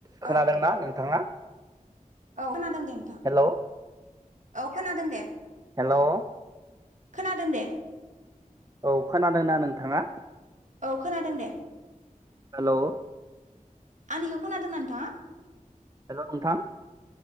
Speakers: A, on the right; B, on the right.
A: खोनादोंना
B: औ
A: नोंथाङा
B: औ खोनादों दे नोंथां।
A: हेलौ
B: औ खोनादों दे।
A: हेल'।
B: खोनादों दे।
A: औ खोनादोंना नोंथाङा?
B: औ खोनादों दे।
A: हेल'।
B: आंनिखौ खोनादोंना नोंथाङा?
A: हेल' नोंथां।